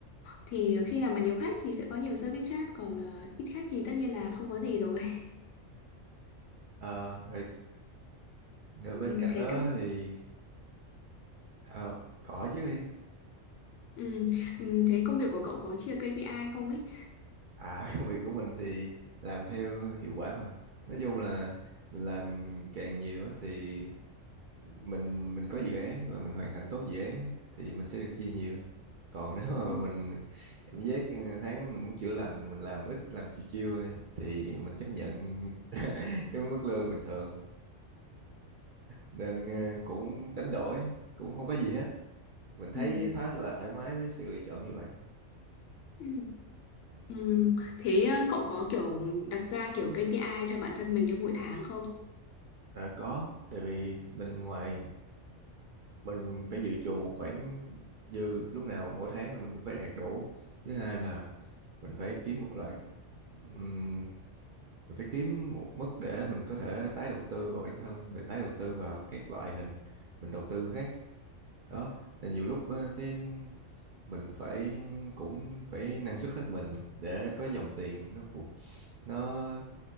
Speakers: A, on the left; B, on the right.
A: thì khi nào mà nhiều khách thì sẽ có nhiều service charge còn ờ, ít khách thì tất nhiên là không có gì rồi <laughs>
B: ờ, rồi, rồi
A: ừ,
B: bên cạnh
A: thế
B: đó
A: cơ
B: thì ờ, cỏ chứ đi
A: ừ, ừ, thế công việc của cậu có chia KPI không ấy
B: à <laughs> công việc của mình thì làm theo hiệu quả mà nói chung là mình làm càng nhiều á thì mình mình có dự án và mình hoàn thành tốt dự án á, thì mình sẽ được chia nhiều còn nếu mà
A: Ừ.
B: mình cảm giác ừ, tháng mình muốn chữa lành mình làm ít làm chiêu chiêu thôi, thì mình chấp nhận <laughs> cái mức lương bình thường nên ờ, cũng đánh đổi cũng không có gì hết mình thấy
A: Ừ.
B: khá là thoải mái với sự lựa chọn như vậy
A: Ừ.
B: Ừ.
A: ừ, thế ờ, cậu có kiểu đặt ra kiểu KPI cho bản thân mình trong mỗi tháng không
B: à, có tại vì mình ngoài mình phải dự trù một khoản dư lúc nào mỗi tháng là mình cũng phải đạt đủ thứ hai là mình phải kiếm một loại ừm, mình phải kiếm một mức để mình có thể tái đầu tư vào bản thân rồi tái đầu tư vào các loại hình mình đầu tư khác đó là nhiều lúc ờ, cái mình phải cũng phải năng suất hết mình để có dòng tiền nó phù nó